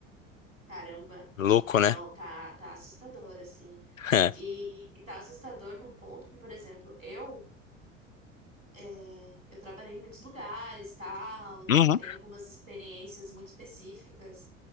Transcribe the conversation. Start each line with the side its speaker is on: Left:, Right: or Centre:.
Right: caramba.
Left: Louco, né?
Right: Não, tá, tá assustador, assim.
Left: <laughs> É.
Right: E, e tá assustador num ponto que, por exemplo, eu. É, eu trabalhei em muitos lugares, tal,
Left: Uhum.
Right: tenho algumas experiências muito específicas.